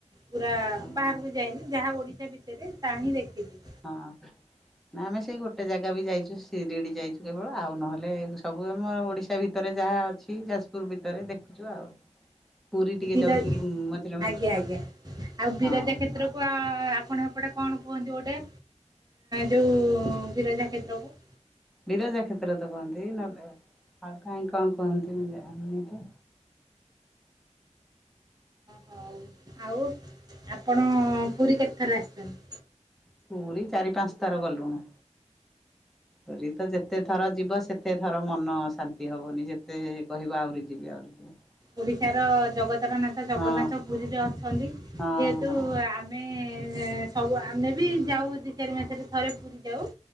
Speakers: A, on the right; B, in the centre.
A: ପୁରା
B: ହଁ।
A: ବାହାରକୁ ଯାଇନି। ଯାହା ଓଡିଶା ଭିତରେ ତାହା ହିଁ ଦେଖିଚି।
B: ହଁ। ନା ଆମେ ସେଇ ଗୋଟେ ଜାଗା ବି ଯାଇଛୁ ସିରିଡି ଯାଇଚୁ କେବଳ ଆଉ ନହେଲେ ସବୁ ଆମ ଓଡିଶା ଭିତରେ। ଭିତରେ ଯାହା ଅଛି ଯାଜପୁର ଭିତରେ ଦେଖୁଚୁ ଆଉ। ପୁରୀ ଟିକେ
A: ବିର
B: ଯାଉଛୁ ମଝିରେ ମଝିରେ
A: ଆଜ୍ଞା ଆଜ୍ଞା ଆଉ ବିରଜା
B: ହଁ।
A: କ୍ଷେତ୍ର କୁଆ ଆପଣ ଏପଟେ କଣ କୁହନ୍ତୁ ଗୋଟେ ଯଉଁ ବିରଜା କ୍ଷେତ୍ରକୁ?
B: ବିରଜା କ୍ଷେତ୍ର ତ କୁହନ୍ତି ନହେଲେ ଆଉ କାହିଁ କଣ କୁହନ୍ତି ମୁଁ ଜାନି ନି ତ।
A: ହଉ, ଆଉ ଆପଣ ପୁରୀ କେତେଥର ଆସିଛନ୍ତି?
B: ପୁରୀ ଚାରି ପାଞ୍ଚ ଥର ଗଲୁଣୁ। ପୁରୀ ତ ଯେତେ ଥର ଯିବ ସେତେ ଥର ମନ ଅ ଶାନ୍ତି ହବନି, ଯେତେ କହିବ ଆହୁରି ଯିବି, ଆହୁରି ଯିବି। <inaudible>
A: ଓଡିଶାର ଜଗତର ନାଥ ଜଗନ୍ନାଥ
B: ହଁ
A: ପୁରୀରେ ଅଛନ୍ତି।
B: ହଁ
A: ଯେହେତୁ
B: ହଁ
A: ଆମେ ସବୁ, ଆମେ ବି ଯାଉ ଦି ଚାରି ମାସରେ ଥରେ ପୁରୀ ଯାଉ।